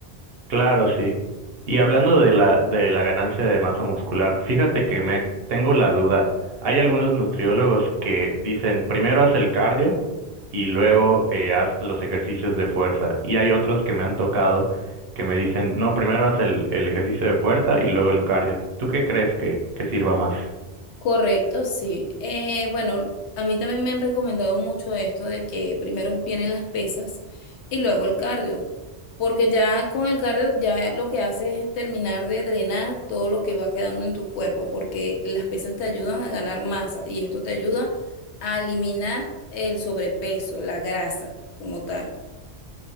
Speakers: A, on the right; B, on the left.
A: Claro, sí. Y hablando de la, de la ganancia de masa muscular, fíjate que me tengo la duda. Hay algunos nutriólogos que dicen primero haz el cardio y luego eh, haz los ejercicios de fuerza. Y hay otros que me han tocado que me dicen, no, primero haz el, el ejercicio de fuerza y luego el cardio. ¿Tú qué crees que, que sirva más?
B: Correcto, sí. Eh, bueno, a mí también me han recomendado mucho esto de que primero vienen las pesas y luego el cardio, porque ya con el cardio ya lo que hace es terminar de drenar todo lo que va quedando en tu cuerpo, porque las pesas te ayudan a ganar masa y esto te ayuda a eliminar el sobrepeso, la grasa como tal.